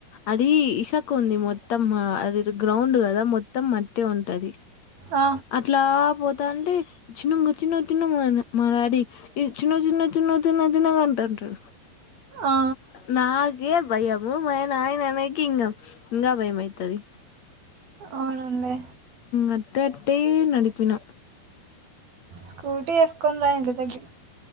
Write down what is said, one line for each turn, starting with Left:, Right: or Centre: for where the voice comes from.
Left: అది ఇసక ఉంది మొత్తం అది గ్రౌండ్ కదా మొ మొత్తం మట్టి ఉంటది
Right: ఆ
Left: అట్లా పో తాంటే చిన్నంగా చిన్న చిన్నంగా అని మా డాడీ ఈ చిన్న చిన్న చిన్న చిన్న చిన్నంగా అంటా టడు
Right: ఆ
Left: నా కే భయము మా నాయన అనేకి ఇంగ ఇంగా భయం అయితది
Right: అవునండి
Left: అట్టట్టే నడిపిన
Right: స్కూటీ వేసుకొని రా ఇంటి దగ్గరికి